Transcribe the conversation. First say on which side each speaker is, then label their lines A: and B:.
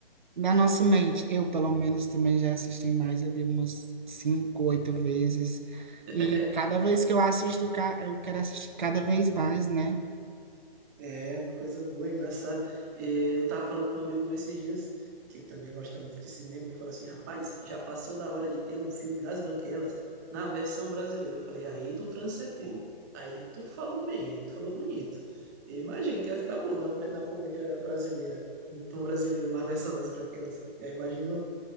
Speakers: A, on the right; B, on the right.
A: na nossa mente, eu pelo menos também já assisti mais ali umas cinco, oito vezes.
B: <laughs>
A: E cada vez que eu assisto, ca- eu quero assistir cada vez mais, né?
B: é uma coisa boa, engraçada. Eh, Eu tava falando com um amigo meu esses dias, que também gosta muito de cinema, ele falou assim, rapaz, já passou da hora de ter um filme das Branquelas na versão brasileira. Eu falei, aí tu transcendeu, aí tu falou bem, tu falou bonito. Eu imagino que ia ficar bom na, na comédia brasileira, no tom brasileiro, uma versão das Branquelas. Eu imagino